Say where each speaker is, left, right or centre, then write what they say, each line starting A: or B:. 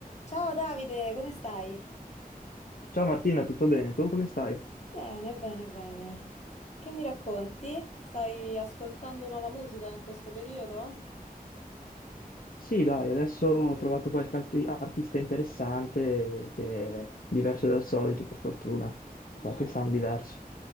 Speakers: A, on the left; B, on the left.
A: Ciao Davide, come stai?
B: Ciao Martina, tutto bene? Tu come stai?
A: Bene, bene, bene. Che mi racconti? Stai ascoltando nuova musica in questo periodo?
B: Sì, dai, adesso ho trovato qualche arti- artista interessante che è diverso dal solito, per fortuna.
A: Ah,
B: Qualche sound diverso.